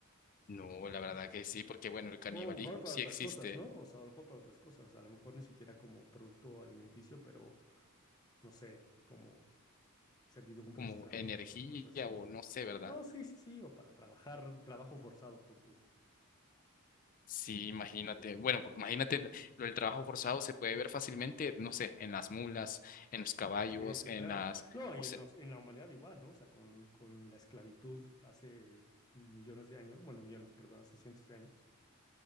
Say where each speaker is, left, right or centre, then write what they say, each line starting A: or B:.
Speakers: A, on the left; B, on the left.
A: No, la verdad que sí, porque bueno, el canibalismo
B: O a lo mejor para
A: sí
B: otras
A: existe
B: cosas, ¿no? O sea, a lo mejor para otras cosas. A lo mejor ni siquiera como producto alimenticio, pero no sé, como servidumbre,
A: como
B: esclavos
A: energía
B: o cosas así.
A: o no sé, ¿verdad?
B: No, sí, sí, sí, o para trabajar, trabajo forzado, pon tú.
A: Sí, imagínate. Bueno, pues, imagínate el- lo del trabajo forzado se puede ver fácilmente, no sé, en las mulas, en los caballos,
B: Sí, sí,
A: en
B: claro.
A: las...
B: No,
A: O
B: y
A: sea,
B: nos, en la humanidad igual, ¿no? O sea, con, con la esclavitud hace millones de años, bueno, millones, perdón, hace cientos de años.